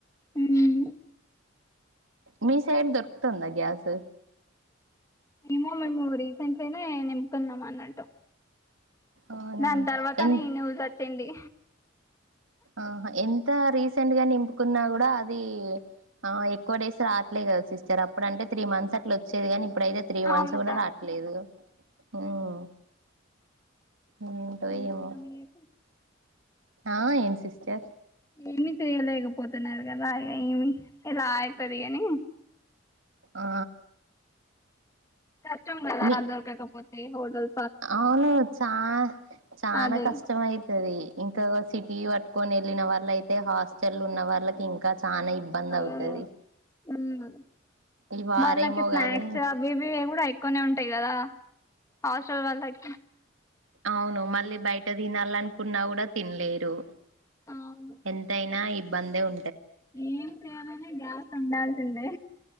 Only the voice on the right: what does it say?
మీసైడ్ దొరుకుతుందా గ్యాస్
అవునా
ఎన్
ఆహా ఎంత రీసెంట్ గా నింపుకున్నా కూడా అది ఆ ఎక్కువ డేస్ రావట్లేదు కదా సిస్టర్ అప్పుడు అంటే త్రీ మంత్స్ అట్లా వచ్చేది గాని ఇప్పుడయితే త్రీ మంత్స్
కూడా
రాట్లేదు ఉమ్ ఏంటో
ఏమో
ఆ ఏం సిస్ చె
ఆ
మీ
అవును చా చానా
కష్టం అవుతుది ఇంకా సిటీ పట్టుకొని వెళ్ళిన వాళ్ళ అయితే హాస్టల్ ఉన్న వాళ్ళకి ఇంకా చానా ఇబ్బంది
అవుతది
ఈ వారేమో
గాని
అవును మళ్ళీ బయట తినాల అనుకున్నా కూడా తినలేరు
ఎంతయినా ఇ బందే ఉ